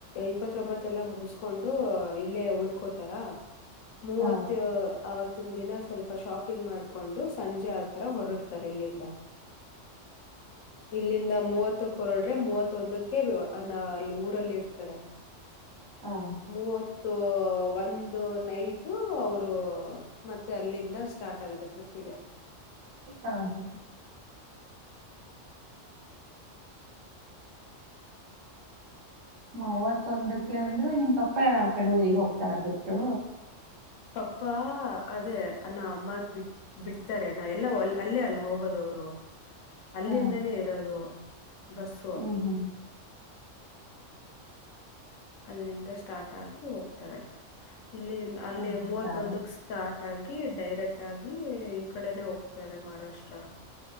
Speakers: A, on the left; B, on the right.
A: ಇಪ್ಪತ್ೊಂಬತ್ತ ಎಲ್ಲಾ ಮುಗಿಸ್ಕೊಂಡು ಇಲ್ಲೇ ಉಳ್ಕೋತಾರ ಮೂವ
B: ಹಾ
A: ಇತ್ತಿನ ದಿನ ಸ್ವಲ್ಪ ಶಾಪಿಂಗ್ ಮಾಡ್ಕೊಂಡು ಸಂಜೆ ಆತರ ಹೊರಡ್ತಾರೆ ಇಲ್ಲಿಂದ ಇಲ್ಲಿಂದ ಮೂವತ್ತು ಕೊರಡ್ರೆ ಮೂವತ್ತೊಂದಕ್ಕೆ ವಿವ ಅ ನ ಅಲ್ಲಿ ಊರಲ್ಲಿ ಇರ್ತಾರೆ
B: ಹಾ
A: ಮೂವತ್ತು ಒಂದು ನೈಟ ಅವರು ಮತ್ತೆ ಅಲ್ಲಿಂದ ಸ್ಟಾರ್ಟ್ ಆಗುತ್ತೆ ಟ್ರಿಪ್ಪಿಗೆ
B: ಹಾ ಹಾ ಮಾವತ್ ಒಂದಕ್ಕೆ ಅಂದ್ರೆ ನಿಮ್ ಪಪ್ಪ ಯ ಆ ಕಡೆ ಊರಿಗೆ ಹೋಗ್ತಾರ ಬಿಟ್ಟು
A: ಪಪ್ಪಾ ಅದೇ ನ ಅಮ್ಮಾಗ ಬಿಟ್ಟ ಬಿಡ್ತಾರೆ ನಾವ ಎಲ್ಲ ಅಲ್ಲೇ ಅಲ್ಲ ಹೋಗೋದುವರು ಅಲ್ಲಿಂದನೇ
B: ಹಾ
A: ಇರೋದು ಬಸ್ಸು
B: ಹ್ಮ್ ಹ್ಮ್
A: ಅಲ್ಲಿಂದ ಸ್ಟಾರ್ಟ್ ಆಗಿ ಹೋಗ್ತಾರೆ ಇಲ್ಲಿ ಅಲ್ಲಿ
B: ಹೌದಾ
A: ಮೂವತ್ತೊಂದ ಸ್ಟಾರ್ಟ್ ಆಗಿ ಡೈರೆಕ್ಟ್ ಆಗಿ ಈ ಕಡೆನೆೇ ಹೋಗ್ತಾರೆ ಮಹಾರಾಷ್ಟ್ರ